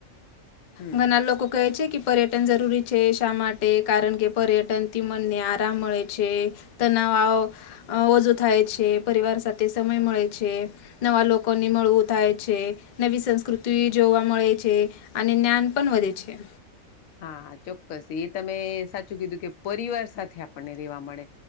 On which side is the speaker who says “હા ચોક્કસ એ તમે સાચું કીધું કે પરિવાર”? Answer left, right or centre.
Left